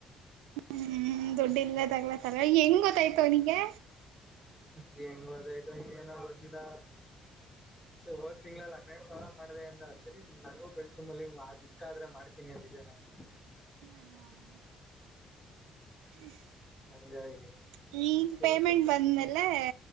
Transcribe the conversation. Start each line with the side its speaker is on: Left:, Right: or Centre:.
Right: ಹ್ಮ್ ದುಡ್ ಇಲ್ಲದಾಗ್ಲತ್ತಲ್ವಾ ಹೆಂಗ ಗ ಆಯ್ತೋ ಅವನಿಗೆ
Left: ಹೆಂಗ್ ಗದಾಯ್ತು ಏನ ಗೊತ್ತಿಲ್ಲ ಹೋದ ತಿಂಗಗಳಲ್ಲಿ ಹನ್ನೆರಡ್ ಸಾವಿರ ಮಾಡಿದೆ ಅಂದ ಸರಿ ನನಗೂ ಕಳ್ಸು ಮಲ್ಲಿ ಇಷ್ಟ ಆದ್ರೆ ಮಾಡ್ತೀನಿ ಅಂದಿದೆ ನಾನು.
Right: <inaudible>
Left: ಹಂಗಾಗಿ ಇವಾಗ
Right: ಪೇಮೆಂಟ್
Left: ಸ್ವಲ್ಪ
Right: ಬಂದ್ಮೇಲೆ. ಎ.